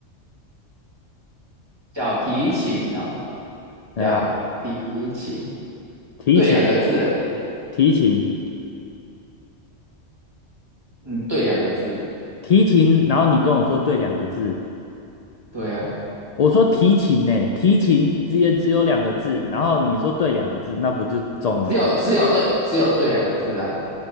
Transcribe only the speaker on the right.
小提琴哦，
小提琴，
对两个字，诶，
嗯，对两个字，
对啊，
只有只有对只有对两个字啊，